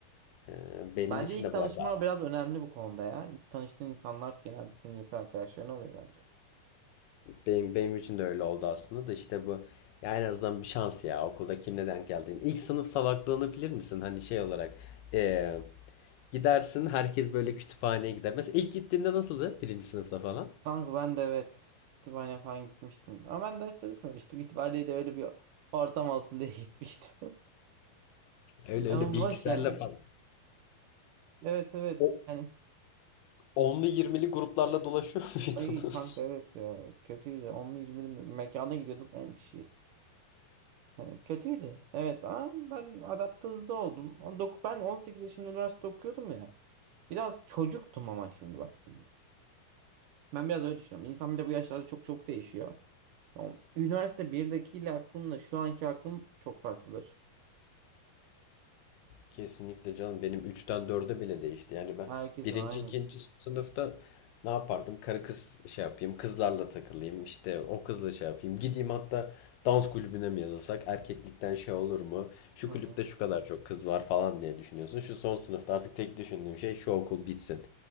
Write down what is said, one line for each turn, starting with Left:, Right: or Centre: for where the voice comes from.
Left: he, benim
Right: Bence
Left: için
Right: ilk
Left: de
Right: tanışma
Left: bu arada
Right: biraz önemli bu konuda ya. İlk tanıştığın insanlar genelde senin yakın arkadaşların oluyor bence.
Left: benim, benim için de öyle oldu aslında da işte bu ya en azından bir şans ya okulda kimle denk geldiğin. İlk sınıf salaklığını bilir misin? Hani şey olarak e, Gidersin herkes böyle kütüphaneye gider. Mesela ilk gittiğinde nasıldı? Birinci sınıfta falan.
Right: Kanka ben de evet kütüphane falan gitmiştim. Ama ben ders çalışmamıştım. <laughs> Kütüphaneye de öyle bir ortam olsun diye gitmiştim.
Left: Öyle
Right: <laughs> Ama
Left: öyle bilgisayarla
Right: boş yani.
Left: falan.
Right: Evet evet.
Left: O
Right: Yani
Left: onlu yirmili gruplarla dolaşıyor <laughs> muydunuz?
Right: ay kanka evet ya. Kötüydü. 10'lu 20'li me- mekana gidiyorduk 10 kişiyiz. Yani kötüydü. Evet ama ben adapte hızlı oldum. On dok- Ben 18 yaşında üniversite okuyordum ya. Biraz çocuktum ama şimdi baktım. Ben biraz öyle düşünüyorum. İnsan bir de bu yaşlarda çok çok değişiyor. Yani üniversite birdekiyle aklımla şu anki aklım çok farklıdır.
Left: Kesinlikle canım benim üçten 4'e bile değişti. Yani ben
Right: Herkesin
Left: birinci
Right: aynı.
Left: ikinci sınıfta ne yapardım? Karı kız şey yapayım, kızlarla takılayım, işte o kızla şey yapayım. Gideyim hatta dans kulübüne mi yazılsak? Erkeklikten şey olur mu? Şu
Right: Hı hı.
Left: kulüpte şu kadar çok kız var falan diye düşünüyorsun. Şu son sınıfta artık tek düşündüğüm şey şu okul bitsin.